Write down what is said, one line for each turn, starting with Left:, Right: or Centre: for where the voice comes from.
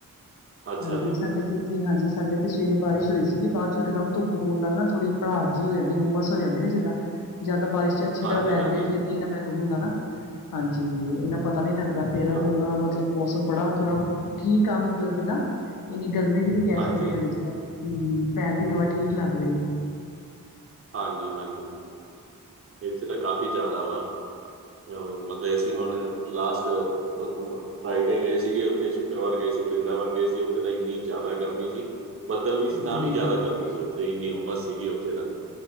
Right: ਅੱਛਾ
Left: ਹਾਂਜੀ,
Right: ਜੀ,
Left: ਸਾਡੇ ਚ ਜੀ, ਹਾਂਜੀ ਸਾਡੇ ਇੱਥੇ ਸਵੇਰੇ ਬਾਰਿਸ਼ ਹੋਈ ਸੀਗੀ, ਬਾਅਦ ਚੋਂ ਇੱਕਦਮ ਧੁੱਪ ਹੋਣ ਨਾਲ ਨਾ ਥੋੜ੍ਹੀ ਭੜਾਸ ਹੋ ਜਾਂਦੀ ਓਮਸ ਹੋ ਜਾਂਦੇ ਨੇ ਜਿੱਦਾਂ, ਜਾਂ ਤਾਂ ਬਾਰਿਸ਼ ਚ ਅੱਛੀ
Right: ਹਾਂਜੀ,
Left: ਤਰ੍ਹਾਂ ਪੈ
Right: ਹਾਂਜੀ,
Left: ਜਾਂਦੀ, ਫੇਰ ਨ ਇਹਨਾ ਪਹਿਲੂ ਹੁੰਦਾ ਨਾ, ਹਾਂਜੀ, ਇਹਨਾ ਪਤਾ ਨੀ ਲੱਗਦਾ ਫੇਰ
Right: ਹਾਂ,
Left: ਹੁਣ ਮਤਲਬ ਮੌਸਮ ਬੜਾ ਥੋੜਾ ਠੀਕ ਆ, ਮਤਲਬ ਜਿੱਦਾਂ ਇੰਨੀ ਗਰਮੀ ਵੀ ਨੀ ਕਹਿ
Right: ਹਾਂਜੀ,
Left: ਸਕਦੇ ਹਾਲੇ ਜਿਾਂ ਹਮ, ਪੈਣ ਦੀ ਹਵਾ ਠੀਕ ਲੱਗ ਰਹੀ ਹੈ।
Right: ਹਾਂਜੀ -ਹਾਂਜੀ -ਹਾਂਜੀ ਇੱਥੇ ਤਾਂ, ਕਾਫੀ ਜ਼ਿਆਦਾ ਵਾ। ਮਤਲਬ, ਅਸੀਂ ਹੁਣ ਲਾਸਟ। ਫਰਾਈਡੇ ਗਏ ਸੀਗੇ, ਉੱਥੇ ਸ਼ੁੱਕਰਵਾਰ ਗਏ ਸੀ, ਵਰਿੰਦਾਵਨ ਗਏ ਸੀ, ਉੱਥੇ ਤਾਂ ਇੰਨੀ ਜ਼ਿਆਦਾ ਗਰਮੀ ਸੀ। ਬੱਦਲ ਵੀ ਸੀ
Left: ਹਾਂਜੀ-ਹਾਂਜੀ,
Right: ਤਾਂ ਵੀ ਜ਼ਿਆਦਾ ਗਰਮੀ ਸੀ, ਉੱਥੇ ਇੰਨੀ ਉਮਸ ਸੀਗੀ, ਉੱਥੇ ਨਾ।